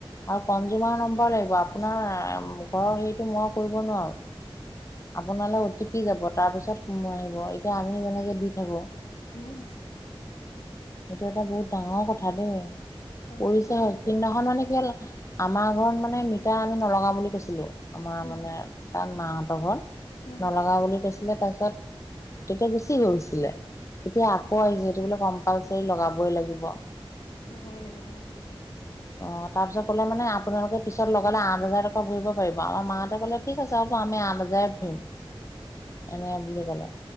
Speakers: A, on the left; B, on the left.
A: আৰু কনজুমাৰ নম্বৰ লাগিব আপ আপোনাৰ ঘৰৰ হেৰিটো মই কৰিব নোৱাৰো। আপোনালৈ অ'টি পি যাব তাৰ পিছতো আহিব এতিয়া আমি যেনেকে দি থাকো
B: উম।
A: এইটো এটা বহুত ডাঙৰ কথা দেই
B: ডাঙৰ
A: পৰিচয়
B: কথাও হৈছে
A: সেইদিনাখন
B: বাৰু
A: মানে কি আমাৰ ঘৰত মানে মিটাৰ আমি নলগাও বুলি কৈছিলো। মানে
B: উম,
A: তাত মাহঁতৰ ঘৰত
B: উম,
A: নলগা বুলি কৈছিলে তাৰপিছত তেতিয়া বেছি হৈ গৈছিলে। এতিয়া আকৌ আহিছে এইটো বোলে কম্পালচাৰী লগাবই লাগিব।
B: লগাব লাগিব লগাব লাগিব।
A: অ', তাৰপিছত ক'লে মানে আপোনালোকে পিছত লগালে আঠ হাজাৰ টকা ঘুৰিব পাৰিব আমাৰ মা ত' কলে ঠিক আছে হ'ব আমি আঠ <unintelligible> এনেকে বুলি ক'লে।